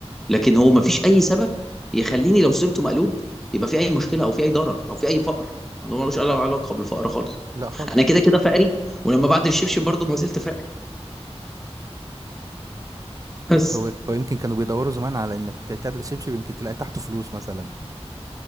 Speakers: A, in the centre; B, on the right (about 30°).
A: لكن هو مفيش اي سبب يخليني لو سبته مقلوب يبقى في اي مشكله او في اي ضرر او في اي فقر الموضوع ملوش أي علاقه بالفقر خالص
B: لا خالص
A: انا كده كده فقري ولما بعد الشبشب برضه ما زلت فقري بس
B: هو هو يمكن كانوا بيدوروا زمان على انك ت- تعدل الشبشب يمكن تلاقي تحته فلوس مثلا